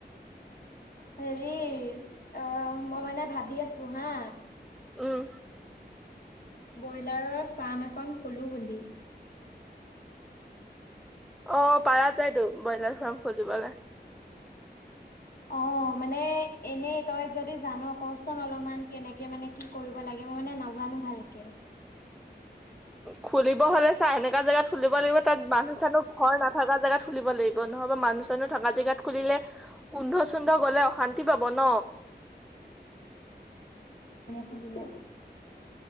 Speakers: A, on the left; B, in the centre.
A: হেৰি অ মই মানে ভাবি আছো হা
B: উম
A: ব্ৰইলাৰৰ ফাৰ্ম এখন খোলোঁ বুলি
B: অ পাৰা যাইতো ব্ৰইলাৰ ফাৰ্ম খুলিবলৈ
A: অ মানে এনেই তই যদি জান কচোন অলপমান কেনেকে মানে কি কৰিব লাগে মই মানে নাজানো ভালকে
B: খুলিব হ'লে চা এনেকা জাগাত খুলিব লাগিব তাত মানুহ চানো ঘৰ নাথাকা জেগাত খুলিব লাগিব নহবা মানুহ থকা জেগাত খুলিলে গোন্ধ চুন্ধ গলে অশান্তি পাব ন
A: শুনিলে